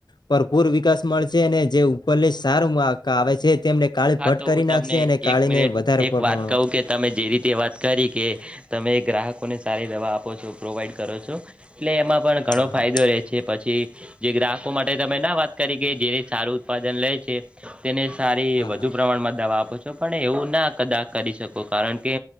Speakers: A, on the left; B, on the right.
A: ભરપૂર વિકાસ મળશે ને જે ઉપર ની સારંક આવે છે તેમને કાળી
B: હા
A: ભટ્ટ
B: તો
A: કરી
B: હું તમને
A: નાખશે અને કાળીને
B: એક મિનિટ
A: વધારે
B: એક
A: પ્રમાણ
B: વાત કહું કે તમે જે રીતે વાત કરી કે તમે ગ્રાહકોને સારી દવા આપો છો પ્રોવાઈડ કરો છો એટલે એમાં પણ ઘણો
A: હા
B: ફાયદો
A: હા
B: રહેે છે પછી જે ગ્રાહકો માટે તમે ના વાત કરી કે જેને સારું ઉત્પાદન લે છે તેને સારી
A: હા
B: વધુ દવા આપો છો પણ એવું ના કદાચ કરી શકો કારણ કે